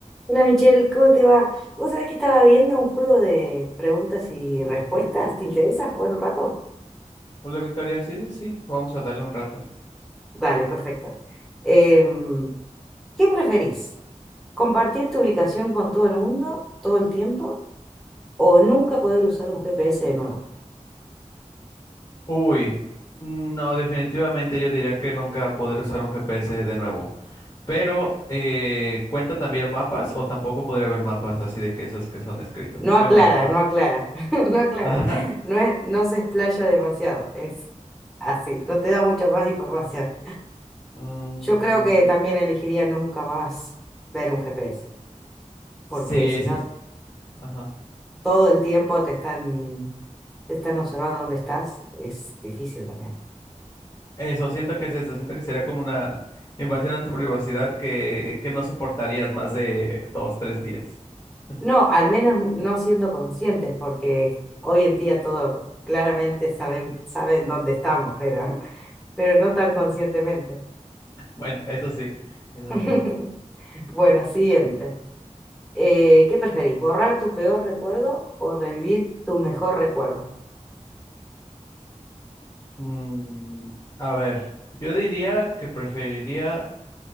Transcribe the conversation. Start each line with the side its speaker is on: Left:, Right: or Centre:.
Centre: Hola Michelle, ¿cómo te va? Vos sabés que estaba viendo un juego de preguntas y respuestas. ¿Te interesa jugar un rato?
Left: Hola Victoria, sí, sí, sí, vamos a darle un rato.
Centre: Dale, perfecto. Em, ¿qué preferís? ¿Compartir tu ubicación con todo el mundo todo el tiempo o nunca poder usar un GPS de nuevo?
Left: Uy, no, definitivamente yo diría que nunca podré usar un GPS de nuevo. Pero, eh, ¿cuenta también mapas o tampoco podría haber mapas así de que esos que son escritos?
Centre: No aclara,
Left: Bueno, dibujados.
Centre: no
Left: <laughs>
Centre: aclara, <laughs> no aclara.
Left: Ajá.
Centre: No es, no se explaya demasiado, es así, no te da mucha más información.
Left: Mm,
Centre: Yo creo que también elegiría nunca más ver un GPS,
Left: sí,
Centre: porque si
Left: sí,
Centre: no
Left: sí, ajá.
Centre: todo el tiempo te están, te están observando dónde estás, es difícil también.
Left: Eso, siento que es eso, siento que sería como una invasión en tu privacidad que, que no soportarías más de dos, tres días. <laughs>
Centre: No, al menos no siendo conscientes, porque hoy en día todo claramente saben, saben dónde estamos, pero, pero no tan conscientemente.
Left: Bueno, eso sí, eso
Centre: <laughs>
Left: sí.
Centre: Bueno, siguiente. Eh, ¿qué preferís? ¿Borrar tu peor recuerdo o revivir tu mejor recuerdo?
Left: Mm, a ver, yo diría que preferiría